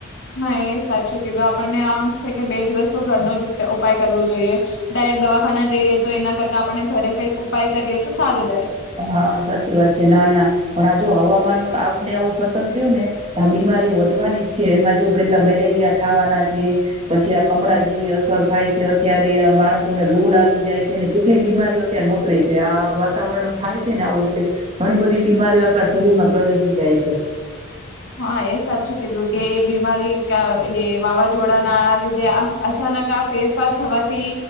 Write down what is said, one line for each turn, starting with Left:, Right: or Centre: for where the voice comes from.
Left: હા એ સાચું કીધું આપણને આમ છે કે બે દિવસ તો ઘરનો જ ઉપચા ઉપાય કરવું જોઈએ. ડાયરેક્ટ દવાખાના જઈએ તો એના કરતા આપણે ઘરે કંઈક ઉપાય કરીએ તો સારું રહે.
Right: હા સાચી વાત છે, ના ના પણ આ જો હવામાન આવ ને આવું સતત રયુ ને તો આ બીમારીઓ વધવાની જ છે. એમાં જો કેટલા મેલેરિયા થવાના છે. પછી આ કમળ જેવી અસર થાય છે અત્યારે માણસોને લૂ લાગી જાય છે, અને કેટલી બીમારીઓ અત્યારે નોતરે છે, આ વાતાવરણ થાય છે ને આવું એટલે ઘણી બધી બીમારીઓ આપણા શરીરમાં પ્રવેશી જાય છે.
Left: હા એ સાચું કીધું કે એ બીમારી કા એ વાવાઝોડાના લીધે અચાનક આ ફેરફાર થવાથી